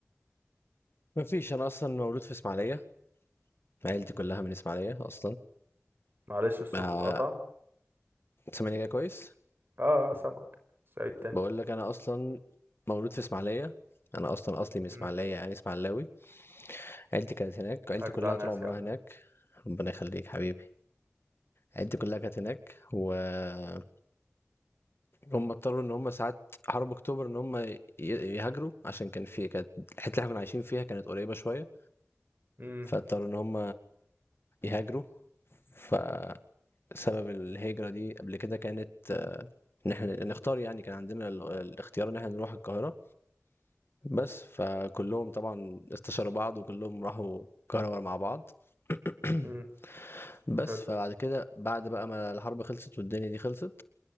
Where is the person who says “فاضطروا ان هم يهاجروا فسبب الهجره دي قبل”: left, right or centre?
Left